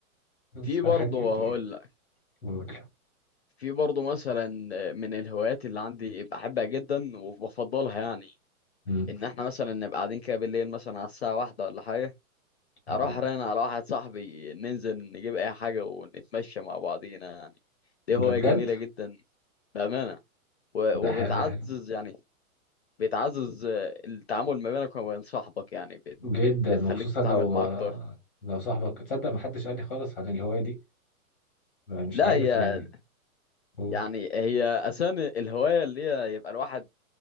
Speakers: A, in the centre; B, on the left (about 50°).
A: بس
B: في
A: فالحاجة
B: برضه
A: دي
B: هقول لك
A: مملة
B: في برضه مثلا من الهوايات اللي عندي بحبها جدا وبفضلها يعني
A: مم.
B: ان احنا مثلا نبقى قاعدين كده بالليل مثلا على الساعه واحدة ولا حاجه
A: آه.
B: اروح رن على واحد صاحبي ننزل نجيب اي حاجه ونتمشى مع بعضينا يعني دي هوايه
A: ده بجد
B: جميله جدا بامانه و-
A: ده
B: وبتعزز
A: حلو ده حلو
B: يعني بتعزز آه، التعامل ما بينك وما بين صاحبك يعني بت-
A: جدا
B: بتخليك
A: وخصوصا
B: تتعامل
A: لو
B: معاه
A: آه،
B: اكتر
A: لو صاحبك تصدق محدش قال لي خالص عن الهواية دي ما مش
B: لا
A: عارف
B: هي
A: يعني قول
B: يعني هي اساسا الهوايه اللي هي يبقى الواحد